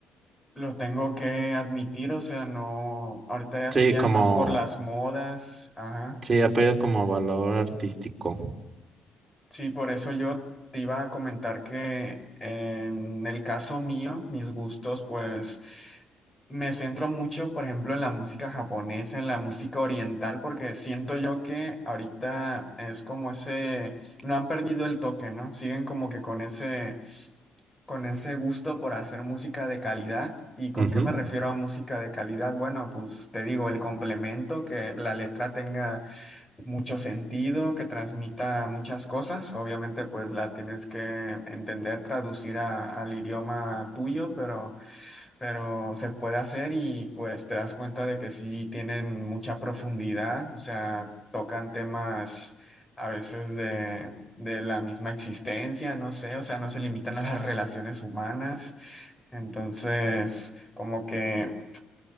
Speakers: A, on the left; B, on the right.
A: lo tengo que admitir, o sea, no, ahorita ya
B: Sí,
A: se guían
B: como
A: más por las modas, ajá.
B: Sí, ha perdido como valor artístico.
A: Sí, por eso yo te iba a comentar que en el caso mío, mis gustos, pues... Me centro mucho, por ejemplo, en la música japonesa, en la música oriental, porque siento yo que ahorita es como ese, no han perdido el toque, ¿no? Siguen como que con ese, con ese gusto por hacer música de calidad. ¿Y con
B: Ujú,
A: qué me refiero a música de calidad? Bueno, pues te digo, el complemento, que la letra tenga mucho sentido, que transmita muchas cosas. Obviamente, pues la tienes que entender, traducir a- al idioma tuyo, pero pero se puede hacer y pues te das cuenta de que sí tienen mucha profundidad, o sea, tocan temas a veces de, de la misma existencia, no sé, o sea, no se limitan a las relaciones humanas, entonces como que